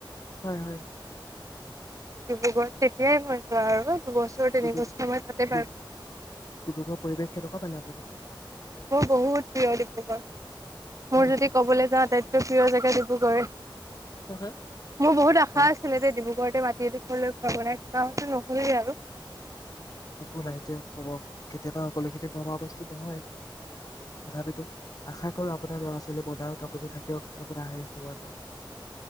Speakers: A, on the left; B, on the right.
A: হয় হয়
B: ডিব্ৰুগড়ত তেতিয়াই মই জোৱা আৰু দুবছৰ তিনি
A: ডিব্ৰুগড়
B: বছৰ মই তাতে পাৰ
A: ডিব্ৰুগড়ৰ পৰিৱেশ কেনেকুৱা পালে আপুনি
B: মোৰ বহুত প্ৰিয় ডিব্ৰুগড়
A: হয়
B: মোৰ
A: নেকি
B: যদি ক'বলৈ যাওঁ আটাইতকৈ প্ৰিয় জে পে ডিব্ৰুগড়
A: হয় হয়
B: মোৰ বহুত আশা
A: হয়
B: আছিলে এ ডিব্ৰুগড়তে মা সেই ডখৰলৈ ঘৰ বনাই থকা হৈছিল নহ'লে আৰু
A: একো নাইতিয় হব কেতিয়াবা সকলোখিনি ভবা বস্তু নহয় তথাপিতো আশা কৰো আপোনাৰ ল'ৰা ছোৱালী বনাওক আপুনি থাকক আপোনাৰ সেই সময়ে